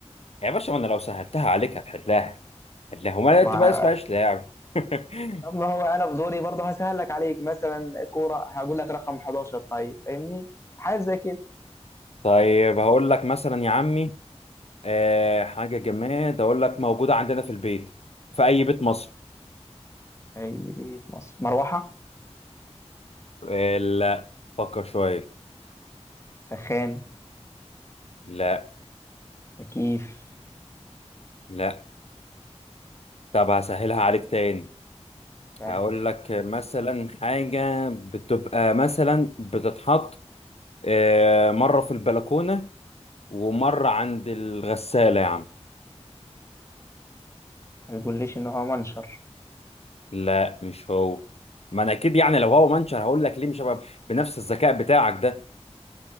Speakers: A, on the left (about 65°); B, on the left (about 25°).
A: يا باشا ما انا لو سهلتها عليك هتحلها هتحلها وما
B: مع
A: انت بقى اسمهاش لعب <laughs>
B: طب ما هو انا في دوري برضه هسهل لك عليك مثلا كوره هقول لك رقم 11 طيب فاهمني حاجه زي كده
A: طيب هقول لك مثلا يا عمي آه، حاجه جماد اقول لك موجوده عندنا في البيت في اي بيت مصر
B: اي بيت مصر مروحه
A: آه، لا فكر شويه
B: سخان
A: لا
B: تكييف
A: لا طب هسهلها
B: طيب
A: عليك تاني
B: سهل
A: هقول لك مثلا حاجة بتبقى مثلا بتتحط آه، مرة في البلكونة ومرة عند الغسالة يا عم
B: ما تقوليش ان هو منشر
A: لا مش هو ما انا اكيد يعني لو هو منشر هقول لك ليه مش هبقى بنفس الذكاء بتاعك ده